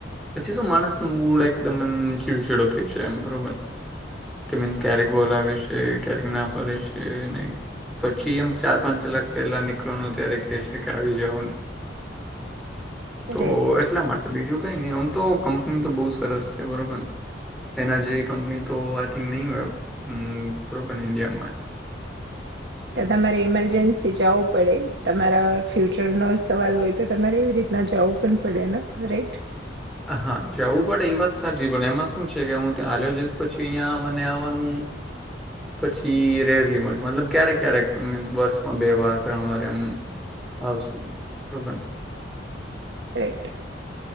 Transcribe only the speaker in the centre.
પછી શું માણસ ન મૂડ એકદમ એમ છડો થઈ છે એમ બરોબર કે મીન્સ ક્યારેક બોલ આવે છે ક્યારેક ના ફડે છે પછી એમ ચાર પાંચ કલાક પહેલા નીકળવાનું ત્યારે કે છે કે આવી જવ તો
એટલા માટે બીજું કઈ ન એમ તો કંપની તો બહુ સરસ છે બરોબર ને એના જેવી કંપની તો આઈ થિંક નહી હોય થોડ પણ ઈન્ડિયામાં
હા જવું પડે એ વાત સાચી પડ એમાં શું છે કે હું ત્યાં હાલ્યો જઈશ પછી અહિયાં મને આવવાનું પછી રેરલી મળશે મતલબ ક્યારેક ક્યારેક મીન્સ વર્ષમાં બે વાર ત્રણ વાર એમ આવશું બબર